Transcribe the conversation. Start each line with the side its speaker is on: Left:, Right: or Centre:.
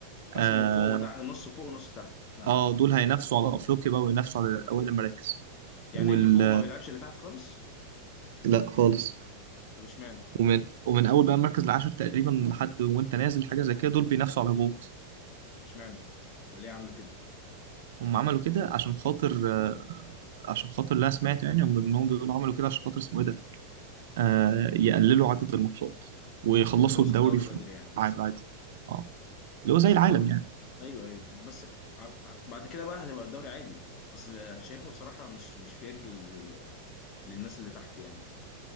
Left: قسمه
Right: آه,
Left: فوق وتحت نص فوق ونص تحت ها
Right: آه دول هينافسوا على أفريقيا بقى وينافسوا على أول المراكز
Left: يعني
Right: وال
Left: اللي فوق ما بيلعبش اللي تحت خالص
Right: لا خالص
Left: طب اشمعنى
Right: ومن ومن أول بقى المركز العاشر تقريبا لحد وأنت نازل حاجة زي كده دول بينافسوا على الهبوط
Left: اشمعنى اللي يعملوا كده
Right: هم عملوا كده عشان خاطر آه، عشان خاطر اللي انا سمعته يعني هم انهم بيقولوا عملوا كده عشان خاطر اسمه ايه ده آه يقللوا عدد الماتشات ويخلصوا
Left: عشان يخلصوا
Right: الدوري
Left: الدوري
Right: في
Left: بدري يعني
Right: ميعاد عادي اه اللي هو زي
Left: بس
Right: العالم
Left: اه
Right: يعني
Left: ايوه ايوه بس ع- ع- بعد كده بقى هتبقى الدوري عادي اصل شايفها بصراحة مش مش فير لل... للناس اللي تحت يعني